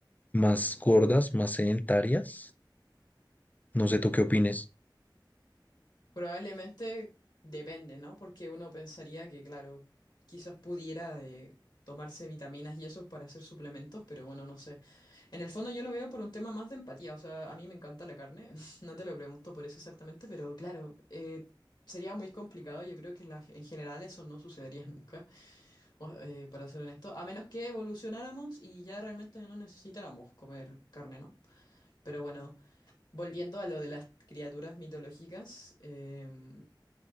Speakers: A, on the left; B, on the left.
A: más gordas, más sedentarias. No sé tú qué opines.
B: Probablemente depende, ¿no? Porque uno pensaría que, claro, quizás pudiera de tomarse vitaminas y esos para hacer suplementos, pero bueno, no sé. En el fondo yo lo veo por un tema más de empatía, o sea, a mí me encanta la carne, <laughs> no te lo pregunto por eso exactamente, pero claro, eh, sería muy complicado, yo creo que la- en general eso no sucedería nunca, o- eh, para ser honesto, a menos que evolucionáramos y ya realmente no necesitáramos comer carne, ¿no? Pero bueno. Volviendo a lo de las criaturas mitológicas, em,